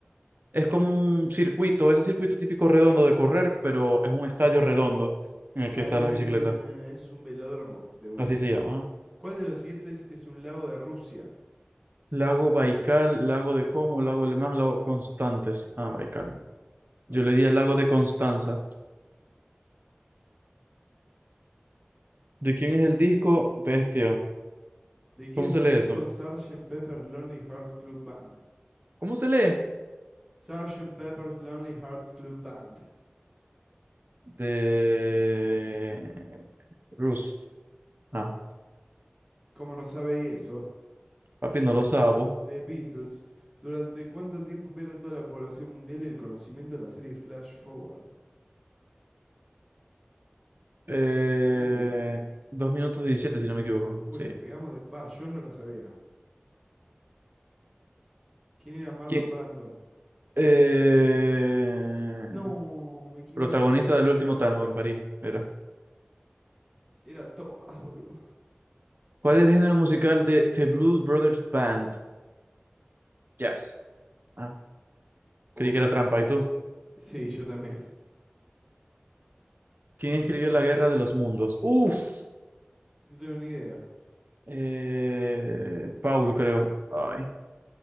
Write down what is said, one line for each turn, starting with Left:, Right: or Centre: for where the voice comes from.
Right: es como un circuito, ese circuito típico redondo de correr, pero es un estadio redondo en el
Centre: Ah,
Right: que están las bicicletas.
Centre: eso es un velódromo de una.
Right: Así se llama.
Centre: ¿Cuál de los siguientes es un lago de Rusia?
Right: Lago Baikal, lago de Como, lago Alemán, lago Constantes. Ah, Baikal.
Centre: Baikal.
Right: Yo le di al lago de Constanza. ¿De quién es el disco? Bestia.
Centre: ¿De quién
Right: ¿Cómo
Centre: es
Right: se
Centre: el
Right: lee
Centre: disco
Right: eso?
Centre: Sergeant Pepper's Lonely Hearts Club Band?
Right: ¿Cómo se lee?
Centre: Sergeant Pepper's Lonely Hearts Club Band.
Right: De Rus. Ah,
Centre: ¿Cómo no sabéis eso?
Right: papi, no lo sabo.
Centre: The Beatles. ¿Durante cuánto tiempo pierde toda la población mundial el conocimiento de la serie Flash Forward?
Right: Eh,
Centre: Ni idea.
Right: dos minutos diecisiete, si no me equivoco.
Centre: Uy,
Right: Sí.
Centre: le pegamos de paz, yo no la sabía. ¿Quién era Marlon
Right: ¿Quién?
Centre: Brando?
Right: Eh,
Centre: No, me equivoqué.
Right: protagonista del último tango en París, era.
Centre: Era todas, boludo.
Right: ¿Cuál es el género musical de The Blues Brothers Band? Jazz. Ah,
Centre: Uh,
Right: creí
Centre: yo
Right: que era
Centre: también.
Right: trampa. ¿Y tú?
Centre: Sí, yo también.
Right: ¿Quién escribió La Guerra de los Mundos? Uf,
Centre: No tengo ni idea.
Right: eh, Paul, creo. Ay,